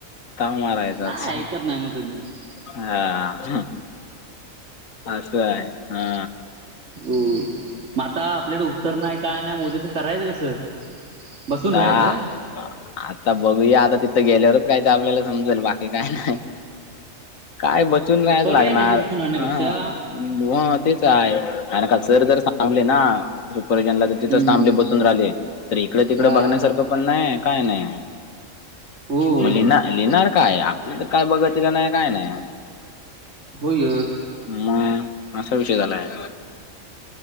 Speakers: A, on the left; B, on the right.
A: ताव मारायचाच.
B: काय ऐकत नाही मग तुम्ही
A: हा, असं आहे. हा.
B: हो मग आता आपल्याकडे उत्तर नाही काय नाही उद्याचं करायचं कसं? बसून
A: आ.
B: राहायचं
A: आता बघूया आता तिथं गेल्यावरच काय ते आपल्याला समजेल बाकी काय नाही. काय बसून नाहीच
B: पर्याय
A: लागणार
B: नाही मग बसून राहण्यापेक्षा
A: ह हो तेच आहे कार का सर जर सांगले ना त्रिपरजनला तर तिथच
B: हम्म
A: थांबले बसून राहिले. तर इकडे तिकडे
B: हा
A: बघण्यासारखं पण नाही काय नाही.
B: होय
A: मग लिहणार -लिहणार काय आपलं तर काय बघतलं नाही काय नाही.
B: होय.
A: मग असा विषय झालाय.